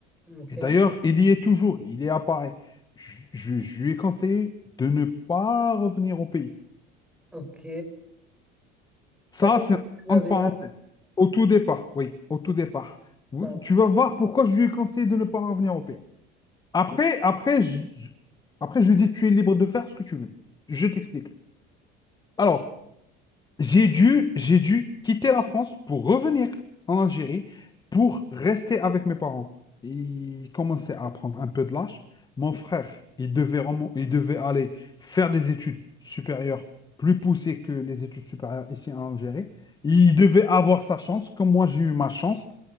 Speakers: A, in the centre; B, on the left.
A: ok,
B: Et d'ailleurs, il y est toujours, il est à Paris. Je, je- je lui ai conseillé de ne pas revenir au pays.
A: ok. Ça
B: Ça,
A: commence
B: c'est
A: déjà
B: entre
A: bien,
B: parenthèses. Au tout départ, oui, au tout départ.
A: ça.
B: Vous- tu vas voir pourquoi je lui ai conseillé de ne pas revenir au pays. Après, après, je, je- après, je lui ai dit, tu es libre de faire ce que tu veux. Je t'explique. Alors, J'ai dû, j'ai dû quitter la France pour revenir en Algérie pour rester avec mes parents. Ils commençaient à prendre un peu de lâche. Mon frère, il devait, remo- il devait aller faire des études supérieures plus poussées que les études supérieures ici en Algérie. Il devait avoir sa chance, comme moi j'ai eu ma chance